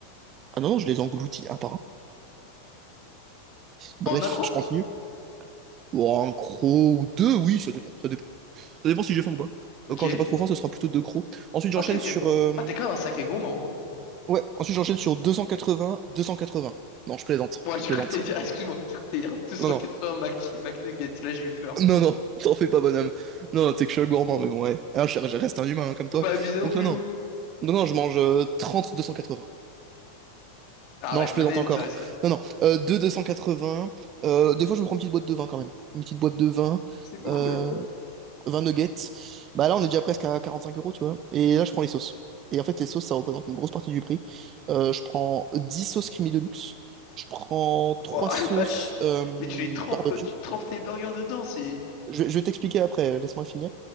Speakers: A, on the right; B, on the left.
A: ah non, non, je les engloutis un par un. Bref,
B: en accro?
A: je continue. Oh, un croc ou deux, oui, ça dépend. Ça dépend, ça dépend si j'ai faim ou pas.
B: Ok.
A: Euh, Quand j'ai pas trop faim, ce sera plutôt deux crocs. Ensuite, j'enchaîne
B: Ok, ok.
A: sur. euh,
B: Ah, t'es quand même un sacré gourmand.
A: Ouais, ensuite, j'enchaîne sur deux deux cent cent quatre-vingts deux cent quatre-vingts Non, je plaisante,
B: Moi,
A: je
B: je
A: plaisante.
B: crois que t'allais dire, ah, excuse-moi, je crois que t'allais dire 280
A: Non, non.
B: Mac, McNuggets. Là, j'ai eu peur.
A: Non, non, <laughs> t'en fais pas, bonhomme. Non, non, t'es que je suis un gourmand, mais bon, ouais. Ah, je, je reste un humain, hein, comme toi.
B: Faut pas abuser non
A: Donc,
B: plus,
A: non, non.
B: hein.
A: Non, non, je mange euh, trente, deux cent quatre-vingts
B: Arrête,
A: Non, je
B: non
A: plaisante
B: mais
A: encore.
B: sérieux, sérieux.
A: Non, non. Euh, 2 280. Euh, des fois, je me prends une petite boîte de vin quand même. Une petite boîte de vin.
B: C'est beaucoup
A: Euh,
B: là.
A: 20 nuggets. Bah là, on est déjà presque à 45 euros, tu vois. Et là, je prends les sauces. Et en fait, les sauces, ça représente une grosse partie du prix. Euh, je prends 10 sauces creamy deluxe. Je prends trois
B: Ouah,
A: sauces
B: la vache.
A: euh,
B: Mais tu les trempes,
A: barbecue.
B: tu trempes tes burgers dedans, c'est.
A: Je, vais je vais t'expliquer après, laisse-moi finir.